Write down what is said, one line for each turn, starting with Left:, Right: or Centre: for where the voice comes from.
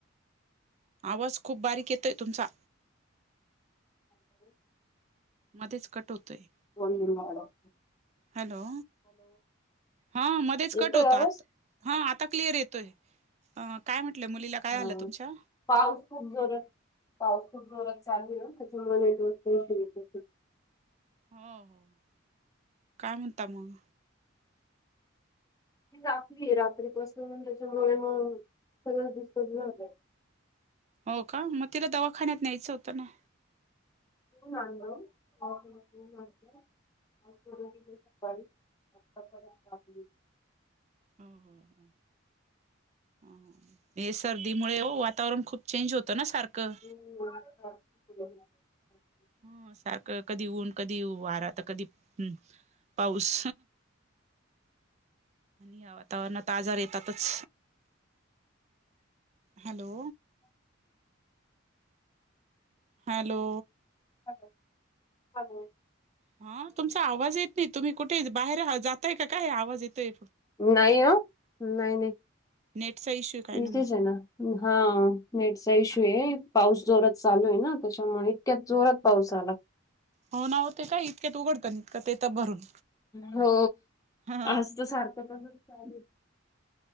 Right: आवाज खूप बारीक येतोय तुमचा.
Left: हॅलो.
Right: मधेच कट होतय.
Left: फोन निघायला.
Right: हॅलो! हा मध्येच
Left: येतोय
Right: कट होतो
Left: आवाज?
Right: आता हा आता क्लिअर येतोय, काय म्हंटलंय मुलीला? काय
Left: हा.
Right: झालं तुमच्या
Left: पाऊस खूप जोरात, पाऊस खूप जोरात त्याच्यामुळे <unintelligible>
Right: हम्म काय म्हणता मग?
Left: रात्री रात्री पासून त्याच्यामुळे, मग सगळंच दिसत झाय.
Right: हो का? मग तिला दवाखान्या न्यायचं होतं ना.
Left: <unintelligible> गावित आताच आलेत गावी.
Right: हो हो हो. हम्म, हे सर्दीमुळे हो वातावरण खूप चेंज होतं ना सारखं.
Left: ह. <unintelligible>
Right: हम्म सारखं कधी ऊन, कधी वारा, तर कधी पाऊस. या वातावरणात आजार येतातच. हॅलो.
Left: <inaudible>
Right: हॅलो.
Left: Hello hello.
Right: हा तुमचा आवाज येत नाही, तुम्ही कुठे बाहेर जातय की काय आवाज येतोय.
Left: नाही हो, नाही नाही
Right: नेटचा इश्यू काय
Left: इथेच
Right: मग
Left: आहे ना. हा नेटचा इशू आहे, पाऊस जोरात चालू आहे ना, त्याच्यामुळे इतक्या जोरात पाऊस आला.
Right: हो ना होते काय? इतक्यात उघडतं का देतात भरून.
Left: हो
Right: ह
Left: आज तर सारखं <unintelligible> चालू हे.